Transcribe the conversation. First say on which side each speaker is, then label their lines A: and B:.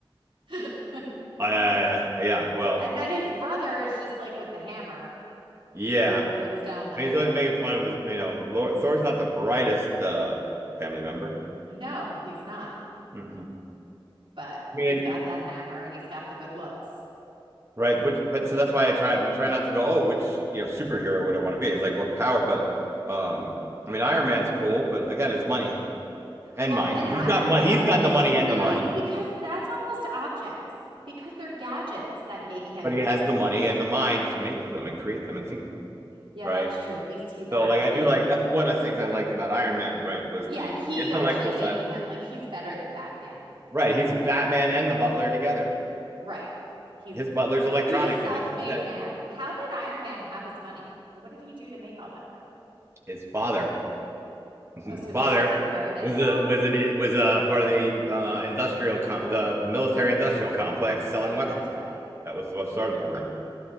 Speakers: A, on the right; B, on the right.
A: <laughs>
B: Uh, yeah. Well,
A: and then his brother is just like with the hammer
B: yeah.
A: and he brings down the
B: He's
A: hammer.
B: always making fun of his, you know, Lord, Thor's not the brightest uh family member.
A: No, he's not,
B: Mm-mm. I
A: but he's
B: mean,
A: got that hammer and he's got the good looks.
B: right, which, but so that's why I try I'm trying not to go, oh, which, you know, superhero would I want to be? It's like what power, but um I mean Iron Man's cool, but again, it's money and
A: Well,
B: mind.
A: an
B: He's
A: Iron
B: got money,
A: Man
B: he's got
A: isn't
B: the money and
A: really
B: the mind.
A: because that's almost objects because they're gadgets that make him
B: but he has the money and the mind to make them and create them and think of them,
A: Yeah,
B: right?
A: that's true. At least he's actually,
B: So like I do like that's one of the things I liked about Iron Man, right? Was
A: yeah,
B: the
A: he's
B: intellectual
A: actually making
B: side of him.
A: them. Like he's better than Batman
B: Right,
A: with
B: he's
A: money
B: Batman
A: because,
B: and the Butler together.
A: right. He's
B: His butler's electronic
A: he's a self-made
B: in his head.
A: man. How did Iron Man have his money? How- What did he do to make all that money?
B: His father, <laughs>
A: Oh, so
B: father
A: he just inherited
B: was
A: it
B: a
A: all?
B: was an was a part of the uh, industrial com- the military industrial complex selling
A: Oh,
B: weapons.
A: that's right.
B: That was what started the whole thing.